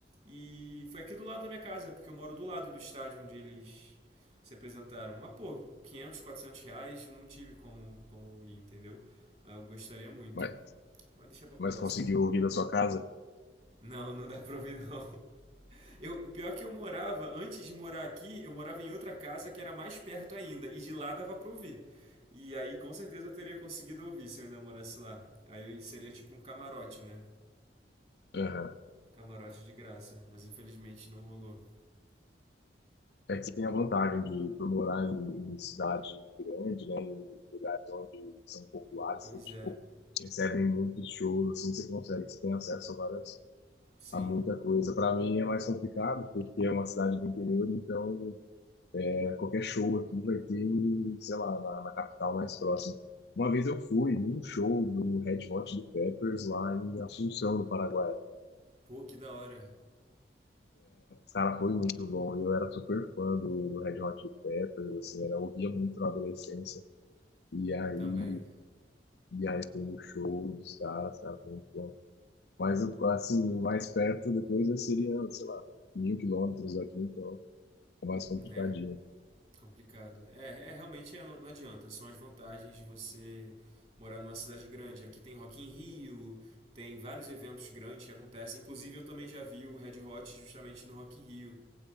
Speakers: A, on the right (about 35°); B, on the left (about 65°).
A: E foi aqui do lado da minha casa, porque eu moro do lado do estádio onde eles se apresentaram. Ah, pô, 500 400 reais, eu não tive como, como ir, entendeu? Mas eu gostaria muito.
B: mas,
A: Mas deixa pra próxima.
B: mas conseguiu ouvir da sua casa?
A: Não, não dá pra ouvir não. Eu, pior é que eu morava, antes de morar aqui, eu morava em outra casa que era mais perto ainda, e de lá dava pra ouvir. E aí com certeza eu teria conseguido ouvir se eu ainda morasse lá. Aí seria tipo um camarote, né?
B: Aham.
A: Camarote de graça, mas infelizmente não rolou.
B: É que você tem a vantagem de, por morar em, em cidade grande, né, em lugares onde são populares,
A: P- pois
B: que, tipo,
A: é,
B: recebem muitos shows, assim, você consegue, você tem acesso a várias,
A: sim.
B: a muita coisa. Para mim é mais complicado, porque é uma cidade do interior, então é, qualquer show aqui vai ter, sei lá, na, na capital mais próxima. Uma vez eu fui num show do Red Hot Chili Peppers lá em Assunção, no Paraguai.
A: Pô, que da hora
B: Cara, foi muito bom. Eu era super fã do, do Red Hot Chili Peppers, assim, era, eu ouvia muito na adolescência. E aí,
A: também,
B: e aí foi no show dos caras, cara, foi muito bom. Mas assim, mais perto depois seria, sei lá, mil quilômetros daqui, então é mais complicadinho.
A: né? Complicado. É, é realmente é, não adianta. São as vantagens de você morar numa cidade grande. Aqui tem Rock in Rio, tem vários eventos grandes que acontecem. Inclusive eu também já vi o Red Hot justamente no Rock in Rio.